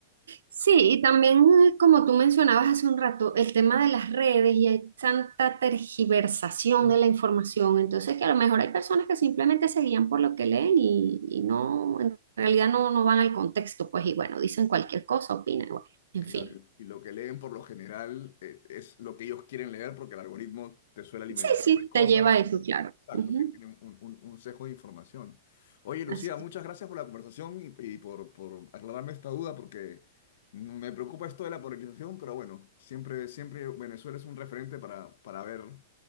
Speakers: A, on the right (about 75°); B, on the left (about 65°).
A: Sí, y también eh, como tú mencionabas hace un rato, el tema de las redes y hay tanta tergiversación
B: Uf,
A: de la información, entonces que a lo mejor hay personas que simplemente se guían por lo que leen y, y no, en realidad no, no van al contexto, pues y bueno, dicen cualquier cosa, opinan, bueno, en
B: Claro,
A: fin.
B: y lo que leen por lo general eh, es lo que ellos quieren leer porque el algoritmo te suele alimentar
A: Sí, sí,
B: de cosas
A: te lleva a eso, claro.
B: Exacto,
A: Ujú,
B: que tiene un, un, un sesgo de información. Oye, Lucía,
A: así.
B: muchas gracias por la conversación y, y por, por aclararme esta duda, porque me preocupa esto de la polarización, pero bueno, siempre, siempre Venezuela es un referente para, para ver